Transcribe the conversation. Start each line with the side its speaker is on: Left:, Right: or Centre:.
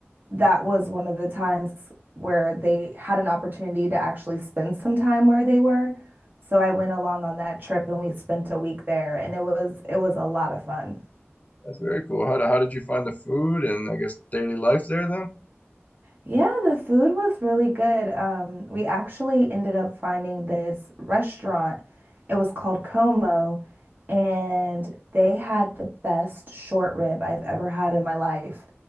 Right: that was one of the times where they had an opportunity to actually spend some time where they were. So I went along on that trip and we spent a week there and it was it was a lot of fun.
Left: that's very cool. How, how did you find the food and I guess daily life there then?
Right: Yeah, the food was really good. Um, we actually ended up finding this restaurant. It was called Como, and they had the best short rib I've ever had in my life.